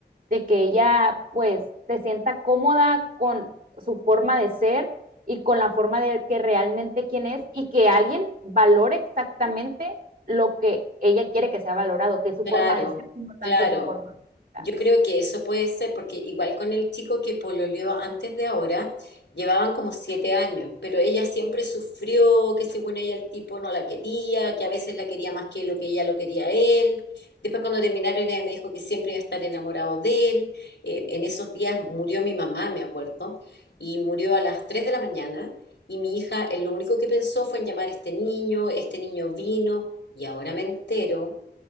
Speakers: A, on the right; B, on the left.
A: de que ella pues se sienta cómoda con su forma de ser y con la forma de que realmente quién es y que alguien valore exactamente lo que ella quiere que sea valorado, que es su
B: Claro,
A: forma de ser, no tanto
B: claro.
A: su forma. de estar.
B: Yo creo que eso puede ser, porque igual con el chico que pololeó antes de ahora, llevaban como siete años, pero ella siempre sufrió que según ella el tipo no la quería, que a veces la quería más que lo que ella lo quería a él. Después cuando terminaron ella me dijo que siempre iba a estar enamorado de él. Eh, en esos días murió mi mamá, me acuerdo, y murió a las 3 de la mañana, y mi hija eh, lo único que pensó fue en llamar a este niño, este niño vino, y ahora me entero,